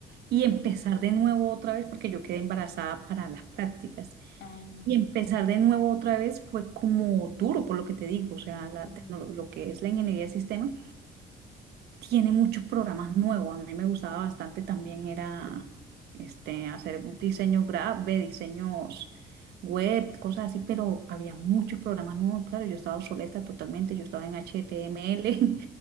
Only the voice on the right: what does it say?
y
empezar de nuevo otra vez porque yo quedé embarazada para las prácticas.
Y empezar de nuevo otra vez fue como duro, por lo que te digo, o sea,
la
tecnolo- lo que es la ingeniería de sistema tiene muchos programas nuevos. A mí me gustaba bastante también era este, hacer diseños graves, diseños web, cosas así, pero había muchos programas nuevos. Claro, yo estaba obsoleta totalmente, yo estaba en HTML,